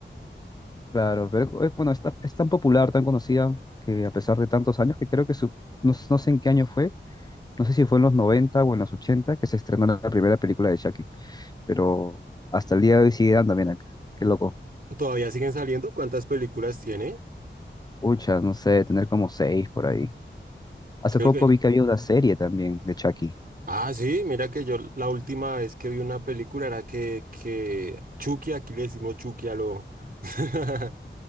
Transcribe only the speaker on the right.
¿Todavía siguen saliendo? ¿Cuántas películas tiene?
Sí,
ok.
Ah, sí, mira que yo la última vez que vi una película era que, que Chucky, aquí le decimos Chucky a lo... <laughs>